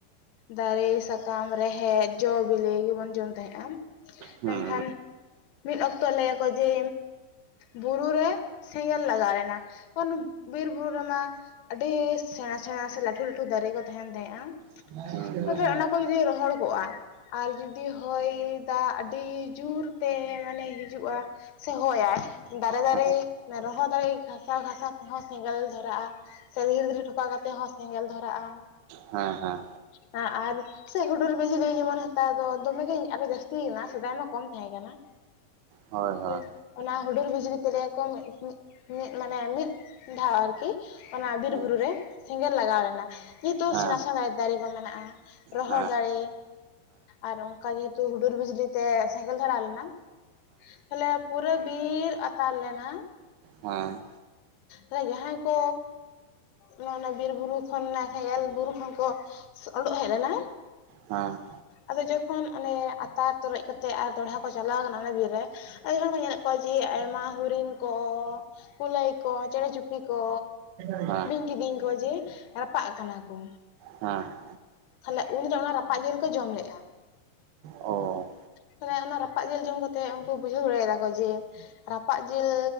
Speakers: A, on the left; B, on the right.
A: ᱫᱟᱨᱮ ᱥᱟᱠᱟᱢ ᱨᱮᱦᱮᱡ, ᱡᱚ ᱵᱮᱞᱮ ᱜᱮᱵᱚᱱ ᱡᱚᱢ ᱛᱟᱦᱮᱸᱜᱼᱟ᱾
B: ᱦᱮᱸ
A: ᱢᱮᱱᱠᱷᱟᱱ ᱢᱤᱫ ᱚᱠᱛᱚ ᱞᱮᱭᱟᱠᱚ ᱡᱮ ᱵᱩᱨᱩ ᱨᱮ, ᱥᱮᱸᱜᱮᱞ ᱞᱟᱜᱟᱣ ᱞᱮᱱᱟ ᱚᱱ ᱵᱤᱨ ᱵᱩᱨᱩ ᱨᱮᱢᱟ, ᱟᱹᱰᱤ ᱥᱮᱬᱟ ᱥᱮᱬᱟ ᱥᱮ ᱞᱟᱹᱴᱷᱩ ᱞᱟᱹᱴᱷᱩ ᱫᱟᱨᱮ ᱠᱚ ᱛᱟᱦᱮᱱ ᱛᱟᱦᱮᱸᱜᱼᱟ᱾
B: <unintelligible>
A: ᱛᱚᱵᱮ ᱚᱱᱟ ᱠᱚ ᱡᱩᱫᱤ ᱨᱚᱦᱚᱲ ᱠᱚᱜᱼᱟ ᱟᱨ ᱡᱩᱫᱤ ᱦᱚᱭ ᱫᱟᱜ ᱰᱤ ᱡᱩᱨᱛᱮ ᱢᱟᱱᱮ ᱦᱤᱡᱩᱜᱼᱟ ᱥᱮ ᱦᱚᱭᱟᱭ ᱫᱟᱨᱮ ᱫᱟᱨᱮ,
B: ᱦᱮᱸ
A: ᱚᱱᱮ ᱨᱚᱦᱚᱲ ᱫᱟᱲᱮ ᱜᱷᱟᱥᱟᱣ ᱜᱷᱟᱥᱟᱣ ᱛᱮᱦᱚᱸ ᱥᱮᱸᱜᱮᱞ ᱫᱷᱚᱨᱟᱜᱼᱟ ᱥᱮ ᱫᱷᱤᱨᱤ ᱫᱷᱤᱨᱤ ᱴᱷᱚᱠᱟ ᱠᱟᱛᱮ ᱦᱚᱸ ᱥᱮᱸᱜᱮᱞ ᱫᱷᱚᱨᱟᱜᱼᱟ
B: ᱦᱮᱸ ᱦᱮᱸ ᱦᱮᱸ
A: ᱦᱮᱸ ᱟᱨ ᱥᱮ ᱦᱩᱰᱩᱨ ᱵᱤᱡᱽᱞᱤ ᱡᱮᱢᱚᱱ, ᱦᱮᱛᱟᱨ ᱫᱚ ᱫᱚᱢᱮᱜᱤ ᱟᱨᱚ ᱡᱟᱹᱥᱛᱤ ᱠᱟᱱᱟ ᱥᱮᱫᱟᱭ ᱢᱟ ᱠᱚᱢ ᱛᱟᱦᱮᱸ ᱠᱟᱱᱟ
B: ᱦᱳᱭ ᱦᱳᱭ
A: ᱛᱚ ᱚᱱᱟ ᱦᱩᱰᱩᱨ ᱵᱤᱡᱽᱞᱤ ᱛᱮᱞᱮᱭᱟ ᱠᱚ ᱢᱤᱫ ᱢᱤᱫ ᱢᱤᱫ ᱢᱟᱱᱮ ᱢᱤᱫ ᱫᱷᱟᱣ ᱟᱨᱠᱤ᱾ ᱚᱱᱟ ᱵᱤᱨ
B: ᱦᱮᱸ
A: ᱵᱩᱨᱩ ᱨᱮ ᱥᱮᱸᱜᱮᱞ ᱞᱟᱜᱟᱣ ᱞᱮᱱᱟ᱾ ᱱᱤᱛᱽ ᱦᱚᱸ
B: ᱦᱮᱸ
A: ᱥᱮᱬᱟ ᱥᱮᱬᱟ ᱫᱟᱭ ᱫᱟᱨᱮ ᱠᱚ ᱢᱮᱱᱟᱜᱼᱟ ᱨᱚᱦᱚᱲ
B: ᱦᱮᱸ ᱦᱮᱸ ᱦᱮᱸ ᱦᱮᱸ
A: ᱫᱟᱨᱮ᱾ ᱟᱨ ᱚᱝᱠᱟ ᱡᱮᱦᱮᱛᱩ ᱦᱩᱰᱩᱨ ᱵᱤᱡᱽᱞᱤᱛᱮ ᱥᱮᱸᱜᱮᱞ ᱫᱷᱚᱨᱟ ᱞᱮᱱᱟ ᱛᱟᱦᱞᱮ ᱯᱩᱨᱟᱹ ᱵᱤᱨ ᱟᱛᱟᱨ ᱞᱮᱱᱟ᱾
B: ᱦᱮᱸ
A: ᱨᱮ ᱡᱟᱦᱟᱸᱭ ᱠᱚ ᱚᱱᱮ ᱚᱱᱟ ᱵᱤᱨ ᱵᱩᱨᱩ ᱠᱷᱚᱱᱼᱱᱮ ᱥᱮᱸᱜᱮᱞ ᱵᱩᱨᱩ ᱠᱷᱚᱱ ᱠᱚ ᱚᱸᱰᱳᱜ ᱦᱮᱡ ᱞᱮᱱᱟ᱾
B: ᱦᱟᱸ
A: ᱟᱫᱚ ᱡᱚᱠᱷᱚᱱ ᱚᱱᱮ ᱟᱛᱟᱨ ᱛᱚᱨᱚᱡ ᱠᱟᱛᱮᱜ ᱟᱨ ᱫᱚᱲᱦᱟ ᱠᱚ ᱪᱟᱞᱟᱣ ᱠᱟᱱᱟ ᱚᱱᱟ ᱵᱤᱨ ᱨᱮ ᱟᱨ ᱡᱚᱠᱷᱚᱱ ᱠᱚ ᱧᱮᱞᱮᱜ ᱠᱚ ᱡᱮ ᱟᱭᱢᱟ ᱦᱩᱨᱤᱱ ᱠᱚ, ᱠᱩᱞᱟᱹᱭ ᱠᱚ, ᱪᱮᱬᱮ ᱪᱩᱯᱲᱤ ᱠᱚ
B: ᱦᱮᱸ
A: ᱵᱤᱧ ᱠᱤᱫᱤᱧ ᱠᱚ ᱡᱮ ᱨᱟᱯᱟᱜ ᱠᱟᱱᱟ ᱠᱚ᱾
B: ᱦᱮᱸ ᱦᱮᱸ
A: ᱛᱟᱦᱮᱞᱮ ᱩᱱᱤ ᱫᱚ ᱚᱱᱟ ᱨᱟᱯᱟᱜᱽ ᱡᱮᱞ ᱠᱚᱭ ᱡᱚᱢ ᱞᱮᱜᱼᱟ᱾
B: ᱚ
A: ᱛᱟᱦᱚᱞᱮ ᱚᱱᱟ ᱨᱟᱯᱟᱜ ᱡᱚᱢ ᱠᱟᱛᱮᱜ ᱩᱱᱠᱩ ᱵᱩᱡᱷᱟᱹᱣ ᱫᱟᱲᱟᱭ ᱫᱟ ᱠᱚ ᱡᱮ ᱨᱟᱯᱟᱜ ᱡᱮᱞ